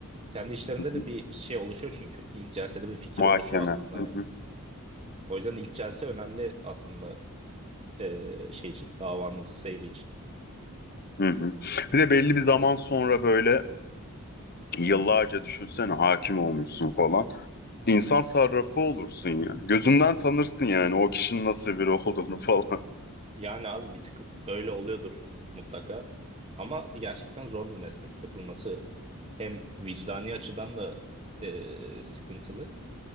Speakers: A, on the right; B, on the left.
A: Kendi işlerinde
B: Hı hı.
A: de bir şey oluşuyor çünkü. ilk celsede bir fikir
B: Muhakeme.
A: oluşuyor aslında
B: Hı
A: yani.
B: hı.
A: O yüzden ilk celse önemli aslında e, şey için davanın seyri için.
B: Hı hı. Bir de belli bir zaman sonra böyle Yıllarca düşünsene hakim olmuşsun falan. İnsan sarrafı olursun ya. Gözünden tanırsın yani o kişinin nasıl biri <laughs> olduğunu falan.
A: Yani abi bir tık öyle oluyordur mutlaka. Ama gerçekten zor bir meslek yapılması. Hem vicdani açıdan da e, sıkıntılı.